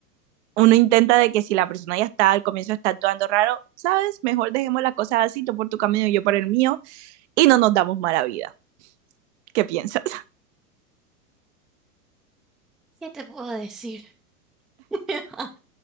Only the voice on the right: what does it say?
uno intenta de que si la persona ya está al comienzo está actuando raro, sabes, mejor dejemos las cosas así, tú por tu camino y yo por el mío, y no nos damos mala vida. ¿Qué piensas? <laughs>